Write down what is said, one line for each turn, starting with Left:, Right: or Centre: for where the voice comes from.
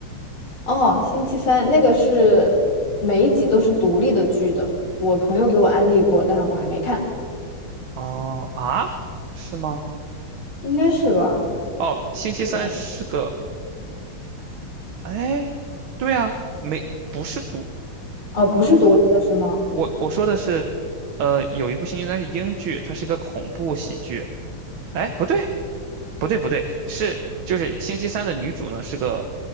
Left: 哦，星期三那个是每一集都是独立的剧的，我朋友给我安利过，但我还没看，
Right: 哦啊，是吗？
Left: 应该是吧？
Right: 哦，星期三是个，
Left: 是吧？
Right: 哎，对啊，没，不是毒
Left: 哦，不是独立的是吗？
Right: 啊。我我说的是，呃，有一部星期三》应该是英剧，它是一个恐怖喜剧。哎，不对，不对，不对，是就是星期三的女主呢是个，